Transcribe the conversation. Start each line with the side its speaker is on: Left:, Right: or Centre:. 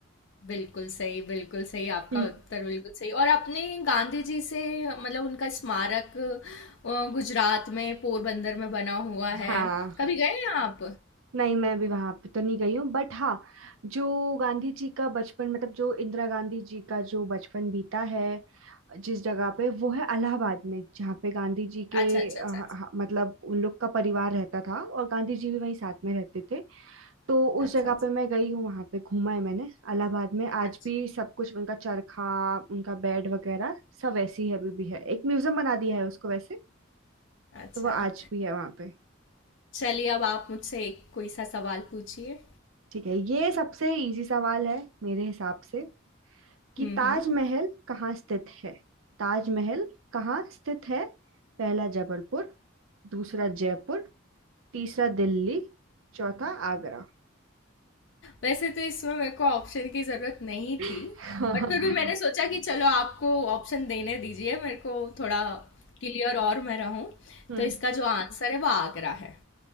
Left: बिल्कुल सही बिल्कुल सही आपका
Right: हम्म
Left: उत्तर बिल्कुल सही और आपने गांधी जी से मतलब उनका स्मारक अ, गुजरात में पोरबंदर में बना हुआ
Right: हाँ
Left: है कभी गए हैं आप
Right: नहीं मैं भी वहां पे तो नहीं गई हूँ बट हाँ जो गांधी जी का बचपन मतलब जो इंदिरा गांधी जी का जो बचपन बीता है जिस जगह पे वो है इलाहाबाद में जहाँ पे गांधी जी के
Left: अच्छा अच्छा
Right: अ,
Left: अच्छा अच्छा
Right: ह- मतलब उन लोग का परिवार रहता था और गांधी जी भी वहीं साथ में रहते थे तो उस
Left: अच्छा
Right: जगह पे मैं गई हूँ वहां पे घूमा है मैंने इलाहाबाद में आज
Left: अच्छा
Right: भी सब कुछ उनका चरखा उनका बेड वगैरह सब वैसे ही अभी भी है एक म्यूजियम बना दिया है उसको वैसे
Left: अच्छा
Right: तो वो आज
Left: अच्छा
Right: भी है वहां पे
Left: चलिए अब आप मुझसे एक कोई सा सवाल पूछिए।
Right: ठीक है ये सबसे इजी सवाल है मेरे हिसाब से कि
Left: हुँ,
Right: ताजमहल
Left: हुँ।
Right: कहाँ स्थित है ताजमहल कहाँ स्थित है पहला जबलपुर दूसरा जयपुर तीसरा दिल्ली चौथा आगरा
Left: वैसे तो इसमें मेरे को ऑप्शन की ज़रूरत नहीं
Right: <laughs>
Left: थी,
Right: हाँ,
Left: बट फिर भी मैंने हुँ। सोचा कि चलो आपको ऑप्शन देने दीजिए मेरे को थोड़ा क्लियर और मैं रहूँ।
Right: हम्म
Left: तो इसका जो आंसर है वो आगरा है।